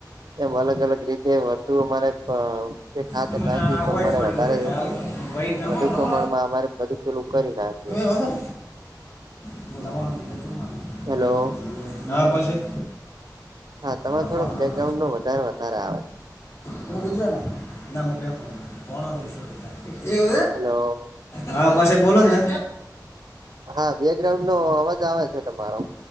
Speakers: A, on the right; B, on the left.
A: એમ અલગ અલગ રીતે તું મારે અ ખાતર
B: તમે
A: નાખી
B: તો આ
A: ઇ પ્રમાણે
B: પડ્યું
A: વધારે
B: હોય એટલે આવી ભાઈ તમે
A: વધુ પ્રમાણમાં અમારે બધું ટલું કરી નાખીએ.
B: અહ હ <unintelligible>
A: હેલો
B: હા પછી
A: હા તમેં
B: અઠાણું
A: થોડોક બેકગ્રાઉન્ડ
B: નવ
A: નો વધારે વધારે આવે
B: તમે મુદ્રા ના પેફ કોણ છશ્વ એવ
A: હેલો
B: હા પછી બોલો ને
A: હા બેગ્રાઉન્ડ નો અવાજ આવે છે તમારો